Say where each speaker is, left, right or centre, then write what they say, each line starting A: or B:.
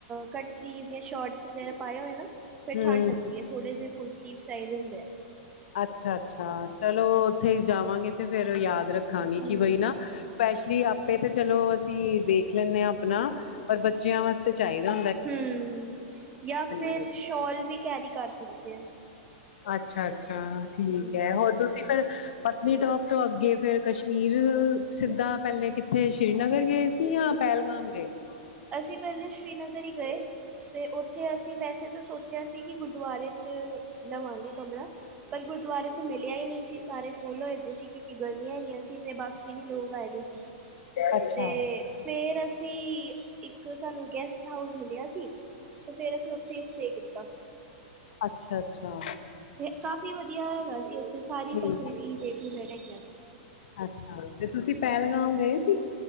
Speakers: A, on the right (about 25°); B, on the left (about 70°).
A: ਕਟ ਸਲੀਵ ਜਾਂ ਸ਼ੋਟਸ ਵਗੈਰਾ ਪਾਏ ਹੋਏ ਨਾ। ਫੇਰ
B: ਹੂੰ
A: ਠੰਢ ਲੱਗਦੀ ਐ, ਥੋੜੇ ਜੇ ਫੁੱਲ ਸਲੀਵ ਚਾਈਦੇ ਹੁੰਦੇ ਆ।
B: ਅੱਛਾ-ਅੱਛਾ ਚਲੋ ਓਥੇ ਈ ਜਾਵਾਂਗੇ, ਤੇ ਫੇਰ ਯਾਦ ਰੱਖਾਂਗੇ
A: ਹੂੰ
B: ਕੀ ਬਈ ਨਾ ਸਪੈਸ਼ਲੀ ਆਪੇ ਤੇ ਚਲੋ ਅਸੀਂ ਦੇਖ ਲੈਂਣੇ ਆਂ ਆਪਣਾ, ਔਰ ਬੱਚਿਆਂ ਵਾਸ ਤੇ ਚਾਈਦਾ।
A: ਹੂੰ, ਜਾਂ ਫਿਰ
B: ਲੱਗੇ
A: ਸ਼ੋਲ ਵੀ ਕੈਰੀ ਕਰ ਸਕਦੇ ਓ।
B: ਅੱਛਾ-ਅੱਛਾ ਠੀਕ
A: ਹੂੰ।
B: ਐ, ਹੋਰ ਤੁਸੀਂ ਫੇਰ ਪਤਨੀਟੋਪ ਤੋਂ ਅੱਗੇ ਫੇਰ ਕਸ਼ਮੀਰ ਸਿੱਧਾ ਪੈਲੇ ਕਿੱਥੇ ਸ਼੍ਰੀਨਗਰ ਗਏ ਸੀ, ਜਾਂ ਪੈਹਲਗਾਮ ਗਏ ਸੀ।
A: ਅਸੀਂ ਪੇਹਲੇ ਸ਼੍ਰੀਨਗਰ ਹੀ ਗਏ, ਤੇ ਉੱਥੇ ਅਸੀਂ ਵੈਸੇ ਤਾਂ ਸੋਚ ਸੋਚੇਆ ਸੀ, ਕਿ ਗੁਰਦੁਆਰੇ ਚ ਲਵਾਂਗੇ ਕਮਰਾ, ਪਰ ਗੁਰਦੁਆਰੇ ਚ ਮੇ ਲੇਆ ਈ ਨੀ ਸੀ, ਸਾਰੇ ਫੁੱਲ ਹੋਏ ਦੇ ਸੀ, ਕਿਉਂਕਿ ਗਰਮੀਆਂ ਹੈਗੀਆਂ ਸੀ ਤੇ ਬਾਕੀ ਵੀ ਲੋਕ ਆਏ ਦੇ ਸੀ।
B: ਅੱਛਾ-ਅੱਛਾ-ਅੱਛਾ-ਅੱਛਾ
A: ਤੇ ਫੇਰ ਅਸੀਂ ਕਿ ਸਾਨੂੰ ਗੈਸਟ ਹਾਊਸ ਮਿਲੇਆ ਸੀ, ਤੇ ਫੇਰ ਅਸੀਂ ਉੱਥੇ ਈ ਸਟੇਅ ਕੀਤਾ।
B: ਅੱਛਾ, ਅੱਛਾ।
A: ਨਈ ਕਾਫੀ ਵਧੀਆ ਹੈਗਾ ਸੀ, ਉੱਥੇ ਸਾਰੀ
B: ਹਮ
A: ਫੈਸਲਟੀਸ ਏ ਟੂ ਜੇਡ ਹੈਗੀਆਂ ਸੀ।
B: ਅੱਛਾ, ਤੇ ਤੁਸੀਂ ਪੈਲਗਾਮ ਗਏ ਸੀ?